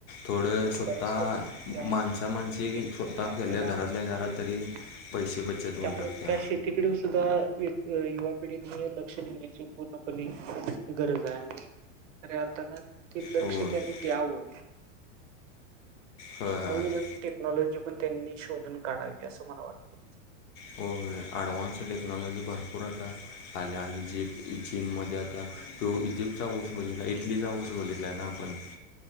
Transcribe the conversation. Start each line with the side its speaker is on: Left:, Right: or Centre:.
Left: थोड स्वतः
Right: बऱ्याचशा गोष्टी या
Left: माणसा माणसी
Right: शेतीमधनं
Left: ता
Right: आपल्याला
Left: केल्या घरातल्या घरात.
Right: मिळू शकतात.
Left: तरी पैसे बचत होऊ
Right: त्यामुळे
Left: शकतात.
Right: त्या शेतीकडे सुद्धा व्यक्त युवा पिढीची लक्ष देण्याची पूर्णपणे गरज हाय. आणि खऱ्या अर्थान ते लक्ष
Left: होय होय
Right: त्यांनी द्यावं.
Left: होय
Right: नवी
Left: होय.
Right: नवीन टेक क्नॉलॉजी पण त्यांनी शोधून काढावी, असं मला वाटत.
Left: होय. ॲडव्हान्स टेक्नॉलॉजी भरपूर आता आल्या आणि ईजिप्त चीन मध्ये आता तो इजिप्तचा ऊस बघितलाय, इटलीचा ऊस बघितलाय ना आपण.